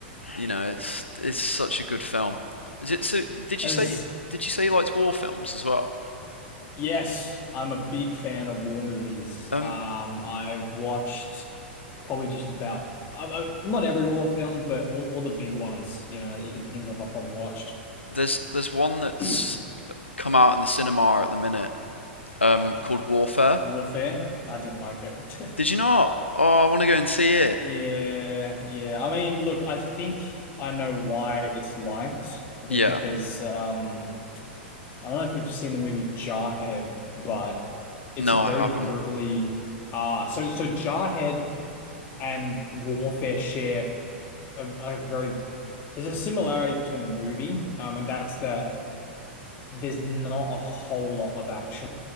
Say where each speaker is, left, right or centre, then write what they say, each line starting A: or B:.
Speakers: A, on the left; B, on the left.
A: you know, it's it's such a good film. Is it, so did
B: As
A: you say did you say he likes war films as well?
B: yes, I'm a big fan of war movies.
A: Um,
B: Um, I've watched probably just about I, I, not every war film, but all, all the big ones, you know, that you can think of, I've probably watched.
A: there's there's one that's
B: <clears throat>
A: come out in the cinema at the minute um, called Warfare.
B: Warfare, I didn't like it.
A: Did
B: <laughs>
A: you not? Oh, I want to go and see it.
B: Yeah, yeah. I mean, look, I think I know why it's liked. I think
A: Yeah.
B: because um I don't know if you've seen the movie Jarhead, but it's
A: No,
B: a very
A: I haven't.
B: brutally ah so so Jarhead and Warfare share a, a very there's a similarity between the movie, um, and that's that there's not a whole lot of action